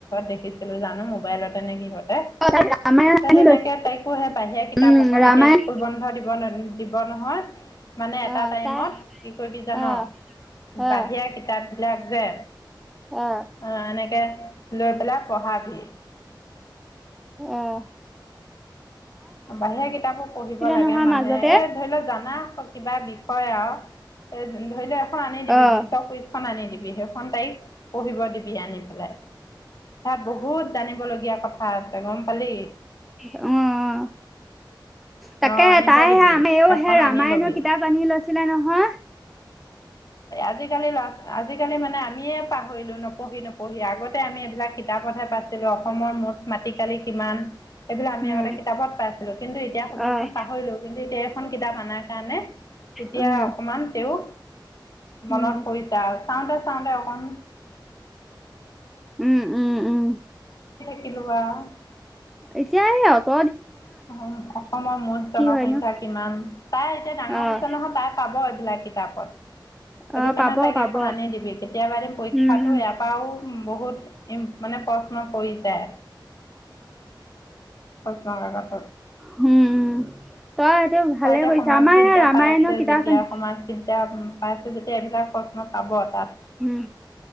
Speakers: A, on the left; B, in the centre.
A: দেখিছিলো জানো মোবাইলতে নে কিহত,
B: অ তাই ৰামায়ণ
A: তাই
B: আনি
A: তেনেকে
B: লৈছো
A: তাইকো সেই বাহিৰে কিতাপ
B: উম,
A: অকণ
B: ৰামায়ণ
A: এতিয়া স্কুল বন্ধ দিব। বন্ধ দিব নহয় মানে এটা
B: অ',
A: টাইমত
B: তাই
A: কি কৰিবি জান।
B: অ',
A: বাহিৰা
B: অ',
A: কিতাপ বিলাক যে
B: অ',
A: আহ এনেকে। লৈ পেলাই পঢ়াবি।
B: অহ,
A: বাহিৰা কিতাপো পঢ়িব লাগে
B: নহয়
A: মানুহে
B: মাজতে
A: এই ধৰি লওক জানা। কিবা বিষয় আৰু এ ধৰি লও এখন আনি দিবি
B: অ'।
A: বিশ্ব কুইচখন আনি দিবি। <unintelligible> তাইক পঢ়িব দিবি আনি পেলাই। তাত বহুত জানিবলগীয়া কথা আছে গম পালি।
B: অ', তাকে
A: অঁ আনিব
B: তায়ো
A: দিবি
B: সেই আমিও
A: এখন
B: সে‌ ৰামায়ণৰ
A: আনি ল'বি
B: কিতাপ আনি লৈছিলে নহয়।
A: আজিকালি ল'ৰা আজিকালি মানে আমিয়ে পাহৰিলোঁ নপঢ়ি নপঢ়ি আগতে আমি এইবিলাক কিতাপতহে পাইছিলো অসমৰ মুঠ মাট কালি কিমান? এইবিলাক আমি
B: উম,
A: আগতে কিতাপত পাইছিলো কিন্তু এতিয়া সুধকচোন
B: অ',
A: পাহৰিলো কিন্তু এতিয়া এইখন কিতাপ অনাৰ কাৰণে। তেতিয়া
B: উম,
A: অকমান তেওঁ,
B: উম।
A: মনত পৰিছে আওঁ চাওঁতে চাওঁতে অকণ,
B: উম উম উম।
A: <unintelligible>
B: এতিয়া এই অটত,
A: অ অসমৰ মুঠ জনসংখ্যা
B: হয়নো।
A: কিমান তাই এতিয়া ডাঙৰ
B: অ',
A: হৈছে নহয় তাই পাব। কিতাপত সেইটো
B: অ',
A: কাৰণে
B: পাব
A: তাইক
B: পাব
A: এখন আনি দিবি কেতিয়াবা এদম পৰীক্ষাতটো
B: উম, উম,
A: ইয়াৰ পৰাও বহুত। মানে প্ৰশ্ন পৰি যায় প্ৰশ্ন কাকত।
B: হোম তই ভালে
A: তাই এতিয়া
B: কৰিছ
A: সমাজ
B: আমাৰ
A: বিদ্যা
B: সেই ৰামায়ণৰ
A: পাই আছে,
B: কিতাপ
A: যেতিয়া
B: আনি
A: সমাজ বিদ্যা। এতিয়া উ পাইছো যেতিয়া এইবিলাক প্ৰশ্ন পাব তাত।
B: উম-